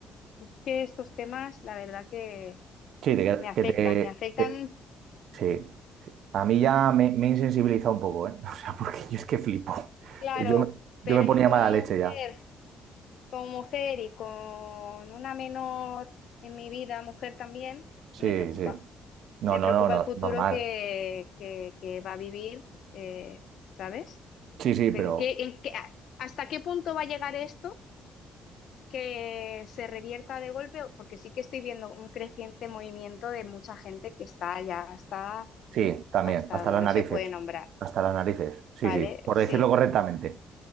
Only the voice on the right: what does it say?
Sí, de
que, que te,
te- Sí. A mí ya me, me he insensibilizado un poco, ¿eh? <laughs> O sea, porque yo es que flipo.
Yo, me-
yo me ponía
mala
leche ya.
Sí,
sí. No,
no,
no, no,
normal.
Sí, sí, pero
sí, también.
Hasta
las
narices.
Hasta las narices. Sí,
sí. Por
decirlo correctamente.